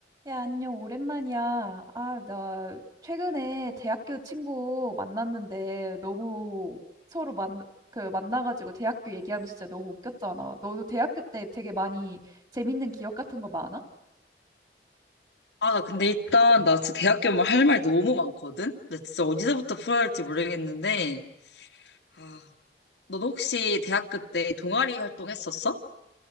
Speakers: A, on the right (about 25°); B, on the left (about 85°).
A: 야, 안녕, 오랜만이야. 아, 나 최근에 대학교 친구 만났는데 너무 서로 만, 그 만나가지고 대학교 얘기하면 진짜 너무 웃겼잖아. 너도 대학교 때 되게 많이 재밌는 기억 같은 거 많아?
B: 아, 나 근데 일단, 나 진짜 대학교 면 할 말 너무 많거든? 나 진짜 어디서부터 풀어야 할지 모르겠는데, 아, 너 혹시 대학교 때 동아리 활동했었어?